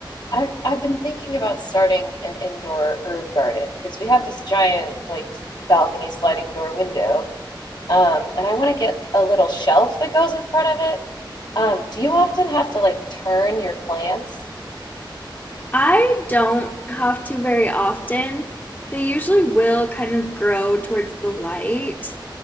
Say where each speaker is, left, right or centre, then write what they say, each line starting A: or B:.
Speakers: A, on the left; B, on the left.
A: I've I've been thinking about starting an indoor herb garden because we have this giant like balcony sliding door window, um, and I want to get a little shelf that goes in front of it. Um, do you often have to like turn your plants?
B: I don't have to very often. They usually will kind of grow towards the light.